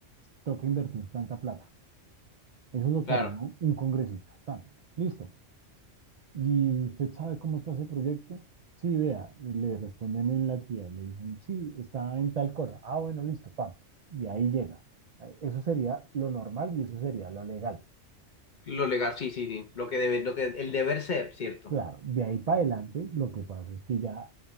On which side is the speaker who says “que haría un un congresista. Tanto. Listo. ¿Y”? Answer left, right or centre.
Right